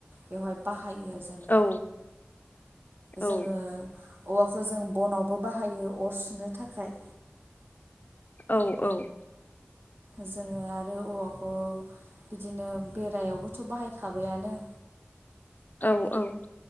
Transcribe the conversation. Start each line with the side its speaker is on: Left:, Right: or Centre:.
Right: बेवहाय बा खायो जोङो
Left: औ औ
Right: जोङो औवाखौ जों बनावबो बाहायो अर सुनो थाखाय
Left: औ औ
Right: जोङो आरो औवाखौ बिदिनो बेरायावबोथ बाहायखाबायानो
Left: औ औ